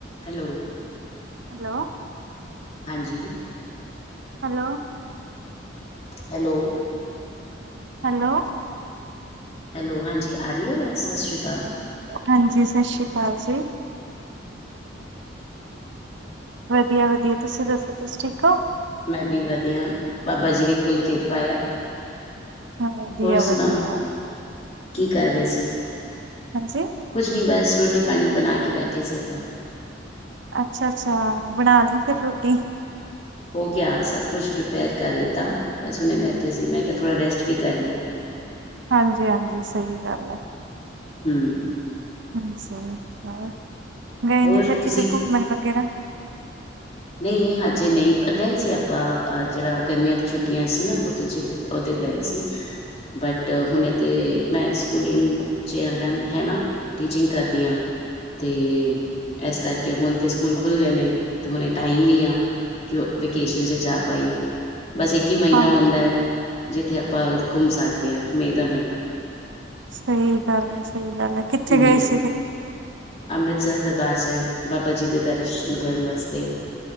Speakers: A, on the left; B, on the right.
A: Hello.
B: Hello.
A: ਹਾਂਜੀ।
B: Hello.
A: Hello.
B: Hello,
A: hello, ਹਾਂਜੀ ਆਰੀ ਐ ਵਾਜ਼ ਸਸ ਰੀ ਕਾਲ।
B: ਹਾਂਜੀ ਸਤਿ ਸ਼੍ਰੀ ਅਕਾਲ ਜੀ। ਵਧੀਆ -ਵਧੀਆ ਤੁਸੀਂ ਦੱਸੋ ਤੁਸੀ ਠੀਕ ਹੋ।
A: ਮੈਂ ਵੀ ਵਧੀਆ ਬਾਬਾ ਜੀ ਦੀ ਫੁੱਲ ਕਿਰਪਾ ਆ।
B: ਹਾਂ ਵਧੀਆ-
A: ਹੋਰ ਸੁਣਾਓ
B: ਵਧੀਆ।
A: ਕੀ ਕਰ ਰਹੇ ਸੀ,
B: ਹਾਂਜੀ
A: ਕੁਛ ਨਹੀਂ ਬਸ ਰੋਟੀ ਪਾਣੀ ਬਣਾ ਕੇ ਬੈਠੇ। ਠੇ ਸੀ ਆਪਾਂ।
B: ਅੱਛਾ -ਅੱਛਾ ਬਣਾ ਲਈ ਫਿਰ ਰੋਟੀ।
A: ਹੋ ਗਿਆ ਸਭ ਕੁਛ ਪ੍ਰੀਪੇਅਰ ਕਰ ਲਿੱਤਾ ਬਸ ਹੁਨੇ ਬੈਠੇ ਸੀ, ਮੈਂ ਕਿਹਾ ਥੋੜਾ ਰੈਸਟ ਵੀ ਕਰ ਲਈਏ।
B: ਹਾਂਜੀ- ਹਾਂਜੀ ਸਹੀ ਗੱਲ ਹੈ।
A: ਹੂੰ,
B: ਅੱਛਾ ਉਹ ਗਏ
A: ਹੋਰ
B: ਨੇ ਫਿਰ ਕਿਤੇ
A: ਤੁਸੀਂ
B: ਘੁੰਮਣ ਵਗੈਰਾ।
A: ਨਹੀਂ ਹਜੇ ਨਹੀਂ ਗਏ ਸੀ ਆਪਾਂ ਅ ਜਿਹੜਾ ਗਰਮੀਆਂ ਦੀ ਛੁੱਟੀਆਂ ਸੀ ਨਾ ਉਹਦੇ ਚ ਉਹਦੇ ਗਏ ਸੀ। ਬਟ ਹੁਣੇ ਤੇ ਮੈਂ ਸਕੂਲਿੰਗ ਚ ਹੈ ਨਾ ਟੀਚਿੰਗ ਕਰਦੀ ਹਾਂ। ਤੇ ਇਸ ਕਰਕੇ ਹੁਣ ਤੇ ਸਕੂਲ ਖੁੱਲ ਗਏ ਨੇ ਤੇ ਹੁਣ ਟਾਈਮ ਨਹੀਂ ਆ ਕਿ ਵੈਕੇਸ਼ਨ ਚ ਜਾ ਪਾਈਏ। ਬਸ ਇੱਕ ਹੀ ਮਹੀਨਾ
B: ਹਾਂਜੀ
A: ਹੁੰਦਾ ਹੈ ਜਿੱਥੇ ਆਪਾਂ ਘੁੰਮ ਸਕਦੇ ਹਾਂ ਮਈ ਦਾ ਮਹੀਨਾ।
B: ਸਹੀ ਗੱਲ ਹੈ ਸਹੀ ਗੱਲ ਹੈ, ਕਿੱਥੇ
A: ਹਮ
B: ਗਏ ਸੀ ਤੇ
A: ਅੰਮ੍ਰਿਤਸਰ ਦਰਬਾਰ ਸਾਹਿਬ ਬਾਬਾ ਜੀ ਦੇ ਦਰਸ਼ਨ ਕਰਨ ਵਾਸਤੇ।